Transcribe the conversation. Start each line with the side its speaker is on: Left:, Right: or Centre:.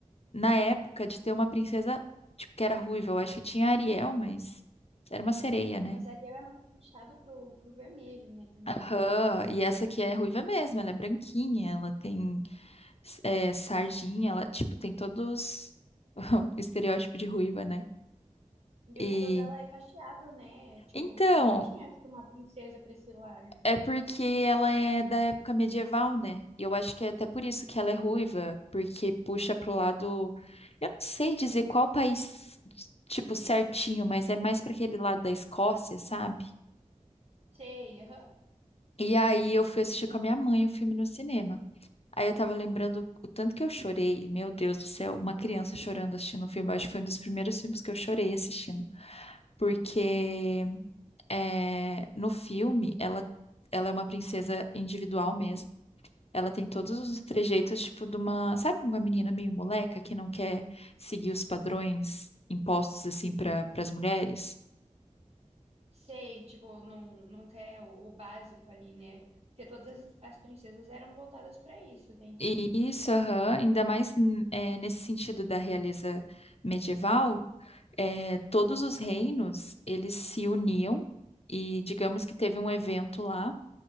Left: na época de ter uma princesa tipo, que era ruiva. Eu acho que tinha a Ariel, mas era uma sereia, né?
Right: Mas a Ariel é mais puxada pro, pro vermelho, né, também.
Left: Aham. E essa aqui é ruiva mesmo, ela é branquinha, ela tem é, sardinha, ela, tipo, tem todos <laughs> o estereótipo de ruiva, né?
Right: E
Left: E
Right: o cabelo dela é cacheado, né? Tipo,
Left: então,
Right: também não tinha, acho que uma princesa pra esse lado.
Left: é porque ela é da época medieval, né? E eu acho que é até por isso que ela é ruiva, porque puxa pro lado, eu não sei dizer qual país, tipo, certinho, mas é mais para aquele lado da Escócia, sabe?
Right: Sei, aham.
Left: E aí eu fui assistir com a minha mãe o filme no cinema. Aí eu tava lembrando o tanto que eu chorei, meu Deus do céu, uma criança chorando assistindo o filme, eu acho que foi um dos primeiros filmes que eu chorei assistindo. porque é, no filme ela, ela é uma princesa individual mesmo. Ela tem todos os
Right: Uhum.
Left: trejeitos, tipo, de uma, sabe, uma menina meio moleca que não quer seguir os padrões impostos, assim, para as mulheres?
Right: Sei, tipo, não, não quer o, o básico ali, né? Porque todas as, as princesas eram voltadas pra isso até então.
Left: E isso, aham, ainda mais n- é, nesse sentido da realeza medieval, é, todos os reinos, eles se uniam e digamos que teve um evento lá